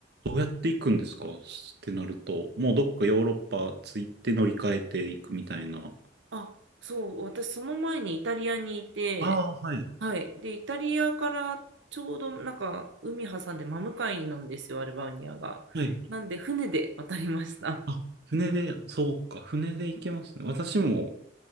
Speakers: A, on the right; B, on the right.
A: うやって行くんですかってなると、もうどっかヨーロッパ着いて乗り換えていくみたいな。
B: あ、そう、私、その前にイタリアにいて、
A: ああ、はい、
B: はい。で、イタリアからちょうど、なんか、海挟んで真向かいなんですよ、アルバニアが。
A: はい。
B: なんで、船で渡りました。
A: あ、船で、そうか、船で行けますね。私も、